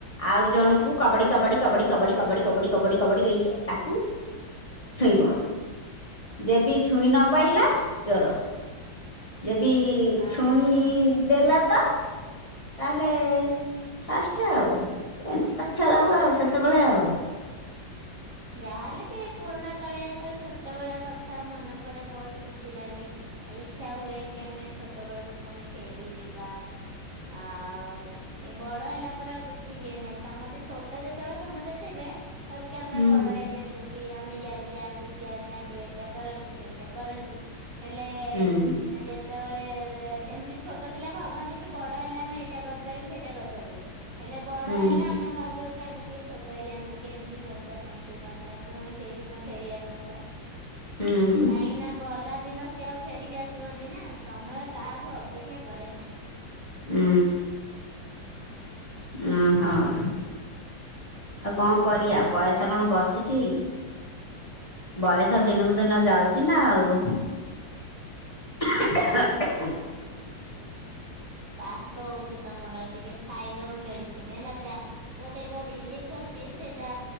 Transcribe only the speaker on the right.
ଅହ
ଯାହାହେଲେ ବି ପୁରୁଣା କାଳେ ତ ଛୋଟବେଳ କଥା ମନେପଡେ ବହୁତ ଖୁସି ଲାଗେ। ଇଚ୍ଛା ହୁଏ କି ଆମେ ଛୋଟବେଳକୁ ପୁଣି ଫେରିଯିବା ଆଉ। ବଡ ହେଲା ପରେ ଆଉ କିଛି ଇଏ ନାହିଁ ସମସ୍ତେ ଛୋଟ ଯେତେବେଳେ ସମସ୍ତେ ଥିବେ କହିବେ କି ଆମେ
ବ ଯାଆନ୍ତୁ କି ଆମେ ଇଆଡେ ଯାଆନ୍ତୁ ସିଆଡେ ଯାଆନ୍ତୁ ଏଇଟା କରନ୍ତୁ ସେଇଟା କରନ୍ତୁ। ହେଲେ
ମୁଁ ଯେ ତେବେଳେ ଯେ ଏମତି ଛୋଟପିଲା ଭାବନ୍ତିକି ବଡହେଲେ ଆମେ ଏଟା କରିପାରିବୁ ସେଇଟା କରିପାରିବୁ। ହେଲେ ବଡହେଲେ
ଆମେ ଭାବୁଚୁ କି ଆମେ ଟିକେ ଛୋଟ ହେଇଯାଆନ୍ତୁକି ଏମିତି ହୁଅନ୍ତା। ସେମତି ହୁଅନ୍ତା, ପୁଣି ସେଇଦିନ ଫେରିଆସନ୍ତା।
କାହିଁକି ନା ଗଲା ଦିନ ସିଏ ଆଉ ଫେରିକି ଆସିବନି ନା, ସମୟ କାହାକୁ ଅପେକ୍ଷା କରେ ନାହିଁ।
ନା
ହୁଁ। କାସ୍ ତ ହଉଛି ତମର ଟିକେ ଖାଇଦବ ମେଡିସିନ ହେଲା, ଚା ଗୋଟେ ଏକ ରିଲିଫ ଅଛି ସେଇଟା